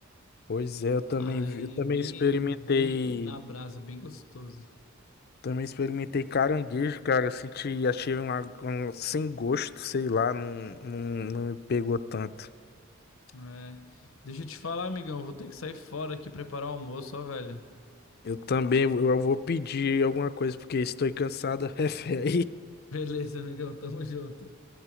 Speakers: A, on the left; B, on the left.
A: Pois é, eu também,
B: Aí
A: vi- eu também
B: bem,
A: experimentei,
B: bem na brasa, bem gostoso.
A: também experimentei caranguejo, cara. Eu senti, achei um, um sem gosto, sei lá, não, não, não me pegou tanto.
B: É. Deixa eu te falar, amigão, eu vou ter que sair fora aqui preparar o almoço, ó, velho.
A: Eu também, eu vou pedir alguma coisa porque estou cansado, <laughs> refé.
B: Beleza, amigão, tamo junto.